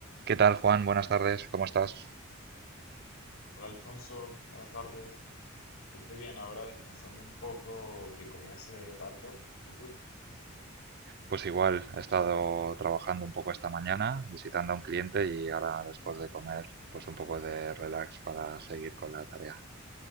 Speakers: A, on the right (about 50°); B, on the left (about 80°).
A: ¿Qué tal, Juan? Buenas tardes, ¿cómo estás?
B: Hola Alfonso, buenas tardes. Estoy bien, ahora descansando un poco que comí hace rato. ¿Y tú?
A: Pues igual, he estado trabajando un poco esta mañana, visitando a un cliente y ahora después de comer, pues un poco de relax para seguir con la tarea.